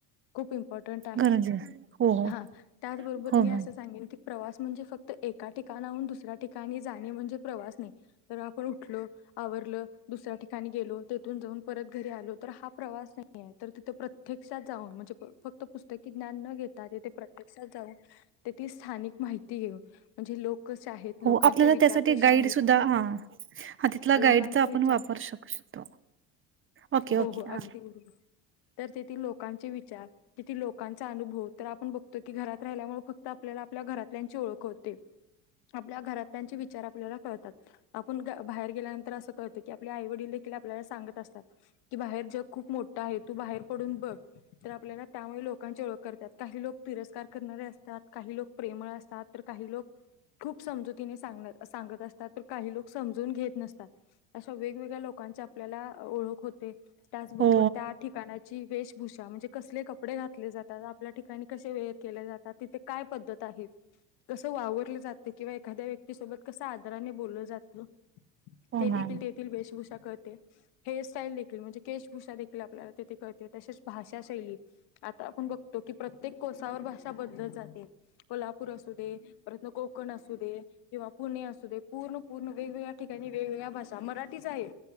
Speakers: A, on the left; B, on the right.
A: खूप इम्पॉर्टंट आहे
B: गरजे हो हो
A: हा, त्याचबरोबर
B: हो
A: मी असं
B: मॅम
A: सांगेन की प्रवास म्हणजे फक्त एका ठिकाणाहून दुसऱ्या ठिकाणी जाणे म्हणजे प्रवास नाही. तर आपण उठलो आवरलं दुसऱ्या ठिकाणी गेलो तेथून जाऊन परत घरी आलो, तर हा प्रवास नाही आहे तर तिथे प्रत्य प्रत्यक्षात जाऊन म्हणजे फक्त पुस्तकी ज्ञान न घेता तेथे प्रत्यक्षात जाऊन तेथिलं स्थानिक माहिती घेऊन म्हणजे लोक कसे आहेत लोकांचे
B: हो आपल्याला
A: विचार
B: त्यासाठी
A: कसे
B: गाईड
A: आहेत
B: सुद्धा हा, हा तिथंला
A: लोकांचा
B: गाईडचा आपण
A: विचार
B: वापर शक शकतो ओके, ओके
A: हो हो
B: हा
A: अगदी बरोबर तर तेथील लोकांचे विचार किती लोकांचा अनुभव तर आपण बघतो की घरात राहिल्यामुळे फक्त आपल्याला आपल्या घरातल्यांची ओळख होते.
B: <inaudible>
A: आपल्या घरातल्यांचे विचार आपल्याला कळतात. आपण गा बाहेर गेल्यानंतर असं कळतं की आपले आई वडील देखील आपल्याला सांगत असतात. की बाहेर जग खूप मोठ आहे, तू बाहेर पडून बघ. तर आपल्याला त्यामुळे लोकांची ओळख करतात. काही लोक तिरस्कार करणारे असतात, काही लोक प्रेमळ असतात. तर काही लोक खूप समजुतीने सांग सांगत असतात तर काही लोक समजून घेत नसतात. अशा वेगवेगळ्या लोकांची आपल्याला ओळख होते. त्याचबरोबर
B: हो
A: त्या ठिकाणा ची वेशभूषा, म्हणजे कसले कपडे घातले जातात? आपल्या ठिकाणी कसे वेअर केले जातात? तिथे काय पद्धत आहे? कसं वावरलं जातं किंवा एखाद्या व्यक्तीसोबत कसं आदराने बोललं जातं,
B: हो
A: ते देखील
B: मॅम
A: तेथील वेशभूषा कळते. हेअरस्टाईल देखील म्हणजे केशभूषा देखील आपल्याला तेथे कळते. तसेच भाषा शैली, आता आपण बघतो की प्रत्येक कोसावर भाषा बदलत जाते. कोल्हापूर असू दे परत न कोकण असू दे. किंवा पुणे असू दे. पूर्ण पूर्ण वेगवेगळ्या ठिकाणी वेगवेगळ्या भाषा मराठीच आहे,